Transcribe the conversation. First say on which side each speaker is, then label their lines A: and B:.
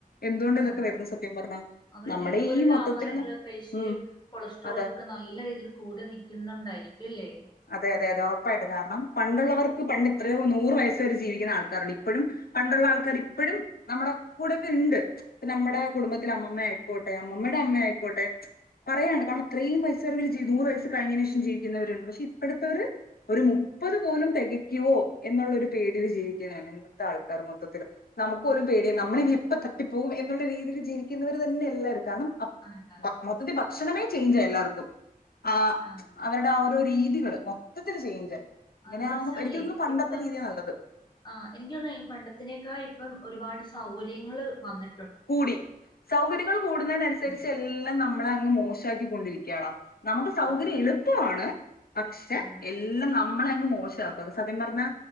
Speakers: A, on the left (about 80°); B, on the left (about 30°).
A: എന്തുകൊണ്ട് ഇതൊക്കെ
B: ആണ്
A: വരുന്നു സത്യം പറഞ്ഞാ
B: അവർക്ക്
A: നമ്മുടെ
B: ഇതുപോലുള്ള
A: ഈ മൊത്തത്തിലാണ്
B: ആഹാരങ്ങളൊക്കെ കഴിച്ച്
A: ഉം
B: കൊളസ്ട്രോൾ
A: അതെ
B: ഒക്കെ നല്ല രീതിയിൽ കൂടെ നിക്കുന്നുണ്ടായിരിക്കും അല്ലേ
A: അതെ അതെ അതെ ഉറപ്പായിട്ടും കാരണം പണ്ടുള്ളവർക്ക് പണ്ട് ഇത്രയോ നൂറ് വയസ് വരെ ജീവിക്ക്ണ ആൾക്കാരാണ് ഇപ്പഴും പണ്ടുള്ള ആൾക്കാർ ഇപ്പഴും നമ്മുടെ കൂടെയൊക്കെ ഇണ്ട് ഇപ്പ നമ്മടെ കുടുംബത്തിലെ അമ്മൂമ്മ ആയിക്കോട്ടെ അമ്മമ്മ യുടെ അമ്മ ആയിക്കോട്ടെ പറയാണ് കാരണം ഇത്രയും വയസ്സ് വരെ അവർ നൂറ് വയസ് കഴിഞ്ഞതിന് ശേഷം ജീവിക്കുന്നവരുണ്ട് പക്ഷെ ഇപ്പോഴത്തവര് ഒരു മുപ്പത് പോലും തികയ്ക്കുവോ എന്നുള്ളൊരു പേടിയിൽ ജീവിക്കുന്നാണ് ഇന്നത്തെ ആൾക്കാർ മൊത്തത്തില് നമുക്ക് പോലും പേടിയ നമ്മള് ഇനി എപ്പ തട്ടിപ്പോകും എന്നുള്ള രീതിയിൽ ജീവിക്കുന്നവര് തന്നെ എല്ലാരും കാരണം അ
B: അയന്നാന്ന്
A: മൊത്തത്തിൽ ഭക്ഷണമേ ചേഞ്ച് എല്ലാർക്കും ആഹ്
B: ആന്ന്
A: ഓരോ രീതികള് മൊത്തത്തിൽ ചേഞ്ച് ആയി ഇങ്ങനെ
B: അതെന്ന്
A: ആവുബോ
B: വെച്ചാലേ
A: എനിക്കോന്ന്ന്നു പണ്ടത്തെ
B: ഇപ്പം
A: രീതിയ നല്ലത്
B: ആ എനിക്ക് തോന്ന്ന്നു പണ്ടത്തിനേക്കാ ഇപ്പം ഒരുപാട് സൗകര്യങ്ങൾ വന്നി
A: കൂടി സൗകര്യങ്ങൾ കൂടുന്നതിനനുസരിച്ച്
B: ഉം,
A: എല്ലാം നമ്മ നമ്മളെ ങ് മോശാക്കിക്കൊണ്ടിരിക്കാ ടാ നമുക്ക് സൗകര്യം
B: അതെ
A: എളുപ്പമാണ് പക്ഷെ
B: ആണ്
A: എല്ലാ എല്ലാം നമ്മളെ അങ്ങ് മോശാക്കും സത്യം പറഞ്ഞാ